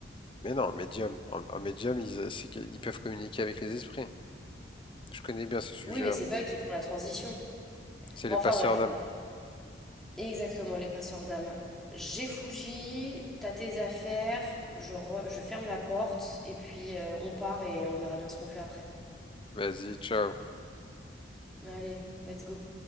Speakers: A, on the left (about 25°); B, in the centre.
A: Mais non, un médium, un, un médium, ils, euh, c'est qu'ils peuvent communiquer avec les esprits. Je connais bien ces sujets-là.
B: Oui, mais c'est pas eux qui font la transition.
A: C'est
B: Bon,
A: les
B: enfin
A: passeurs
B: bref,
A: d'âme.
B: exactement, les passeurs d'âme. J'ai Fuji, t'as tes affaires, je, re- je ferme la porte et puis euh, on part et on verra bien ce qu'on fait après.
A: Vas-y, ciao.
B: Allez, let's go.